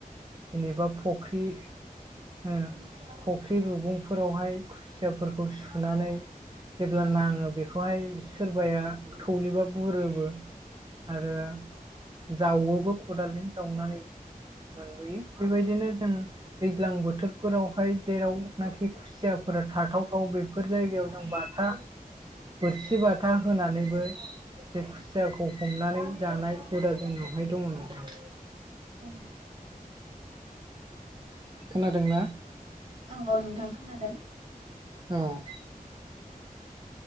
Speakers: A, on the right; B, on the right.
A: जेनेबा फख्रि ओ फख्रि रुगुंफोरावहाय खुसियाफोरखौ सुनानै जेब्ला नाङो बेखौहाय सोरबाया थौलेबा बुरोबो। आरो जावोबो खदालजों जावनानै नुयो बेबायदिनो जों दैज्लां बोथोरफोरावहाय जेरावनाखि खु खुसियाफोरा थाथावथाव बेफोर जायगायाव जों बाथा बोरसि बाथा होनानैबो बे खुसियाखौ हमनानै जानाय हुदा जोंनावहाय दङ' नोंथां।
B: औ।
A: खोनादों ना?
B: औ औ नोंथां खोनादों
A: औ।